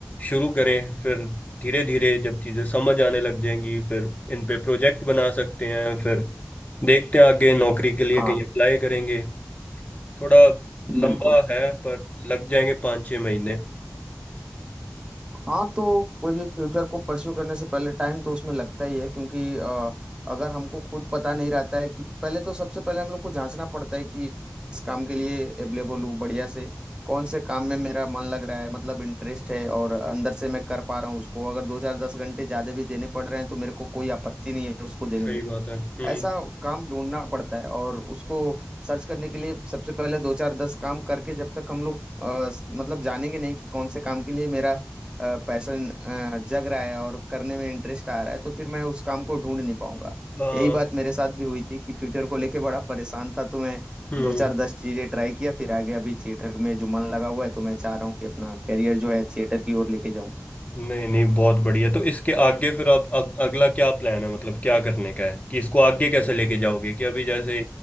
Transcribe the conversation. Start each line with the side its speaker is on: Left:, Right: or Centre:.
Left: शुरू करें फिर धीरे धीरे जब चीज़ें समझ आने लग जाएंगी फिर इन पे प्रोजेक्ट बना सकते हैं फिर देखते हैं आगे नौकरी के लिए
Right: हाँ
Left: कहीं अप्लाई करेंगे थोड़ा लंबा
Right: बिल्कुल
Left: है पर लग जाएंगे पाँच छः महीने
Right: हाँ तो कोई भी फ्यूचर को परस्यू करने से पहले टाइम तो उसमें लगता ही है क्योंकि अ, अगर हमको खुद पता नहीं रहता है कि पहले तो सबसे पहले हम लोग को जांचना पड़ता है कि इस काम के लिए एबलेबल हूँ बढ़िया से कौन से काम में मेरा मन लग रहा है मतलब इंटरेस्ट है और अंदर से मैं कर पा रहा हूँ उसको अगर दो चार दस घंटे ज्यादा भी देने पड़ रहे हैं तो मेरे को कोई आपत्ति नहीं है उसको देने
Left: सही
Right: में
Left: बात है हम्म
Right: ऐसा काम ढूंढना पड़ता है और उसको सर्च करने के लिए सबसे पहले दो चार दस काम करके जब तक हम लोग अ, स- मतलब जानेंगे नहीं कि कौन से काम के लिए मेरा पैशन जग रहा है और करने में इंटरेस्ट आ रहा है तो फिर मैं उस काम को ढूंढ नहीं पाऊंगा
Left: हाँ,
Right: यही बात मेरे साथ भी हुई थी कि फ्यूचर को लेके बड़ा परेशान था तो मैं
Left: हम्म
Right: दो चार दस चीजें ट्राई किया फिर आगे अभी थिएटर में जो मन लगा हुआ है तो मैं चाह रहा हूँ कि अपना करियर जो है थिएटर की ओर लेके जाऊँ
Left: नहीं नहीं बहुत बढ़िया तो इसके आगे फिर आप अग, अगला क्या प्लान है मतलब क्या करने का है कि इसको आगे कैसे लेके जाओगे कि अभी जैसे